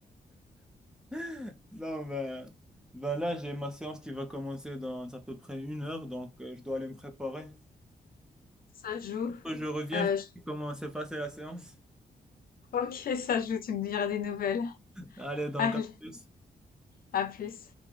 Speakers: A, in the centre; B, on the left (about 70°).
A: <laughs> Non, ben, ben là, j'ai ma séance qui va commencer dans à peu près une heure, donc euh, je dois aller me préparer.
B: Ça joue.
A: Quand je reviens,
B: Heu,
A: je te
B: j
A: dis comment s'est passée la séance.
B: OK, ça joue, tu me diras des nouvelles.
A: Allez, donc
B: Allez,
A: à plus.
B: à plus.